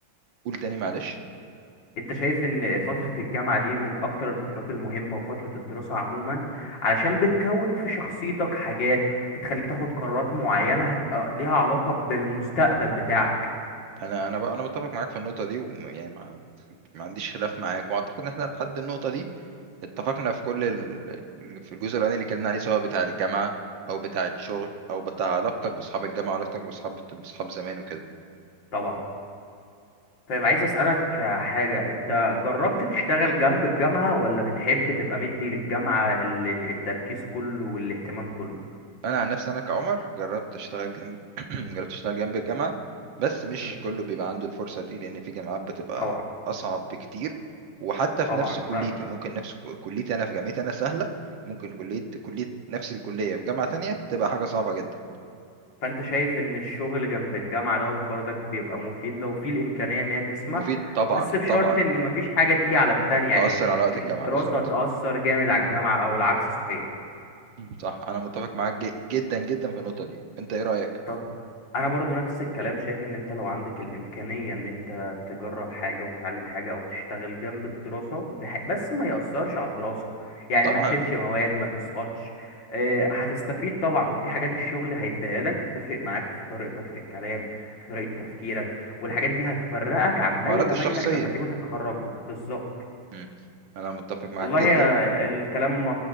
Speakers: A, on the right (about 70°); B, on the left (about 65°).
A: قول تاني معلش
B: انت شايف ان فترة الجامعة دي من اكتر الفترات المهمة وفترة الدراسة عموما علشان بتكون في شخصيتك حاجات بتخليك تاخد قرارات معينة هتبقى ليها علاقة بالمستقبل بتاعك
A: انا انا بقى انا متفق معاك في النقطه دي ويعني ما, ما عنديش خلاف معاك واعتقد ان احنا لحد النقطه دي اتفقنا في كل ال... في الجزء الاولاني اللي اتكلمنا عليه سواء بتاع الجامعه او بتاع الشغل او بتاع علاقتك باصحاب الجامعه وعلاقتك باصحاب باصحاب زمان وكده
B: طبعا طيب عايز اسألك حاجة انت جربت تشتغل جنب الجامعة ولا بتحب تبقى مدي للجامعة ال- ال- التركيز كله والاهتمام كله
A: انا عن نفسي انا كعمر جربت اشتغل جنب <clears throat> جربت اشتغل جنب الجامعه بس مش
B: مم.
A: كله بيبقى عنده الفرصه دي لان في جامعات بتبقى
B: طبعا
A: اصعب بكتير وحتى
B: طبعا
A: في نفس
B: فاهم
A: كليتي ممكن نفس ك- كليتي انا في جامعتي انا سهله ممكن كليه كليه نفس الكليه في جامعه تانية تبقى حاجه صعبه جدا
B: فانت شايف ان الشغل جنب الجامعة دوت برضك بيبقى مفيد لو في الامكانية ان هي تسمح
A: فمفيد طبعا
B: بس بشرط
A: طبعا
B: ان مفيش حاجة تيجي على التانية يعني
A: تأثر على وقت
B: مش
A: الجامعه
B: الدراسة
A: بالظبط
B: تأثر جامد على الجامعة او العكس صحيح
A: مم. صح انا متفق معاك ج- جدا جدا في النقطه دي انت ايه رايك
B: طب انا برضو نفس الكلام شايف ان انت لو عندك الامكانية ان انت تجرب حاجة وتتعلم حاجة او تشتغل جنب الدراسة بح... بس ما يأثرش على الدراسة يعني
A: طبعا
B: ما تشيلش مواد ما تسقطش آه، هتستفيد طبعا وفي حاجات الشغل هيديها لك هتفرق معاك في طريقتك في الكلام في طريقة تفكيرك والحاجات دي هتفرقك عن
A: المهارات
B: باقي زمايلك
A: الشخصيه
B: لما تيجوا تتخرجوا بالظبط
A: مم. انا متفق معاك
B: والله
A: جدا
B: يا-
A: ان
B: الكلام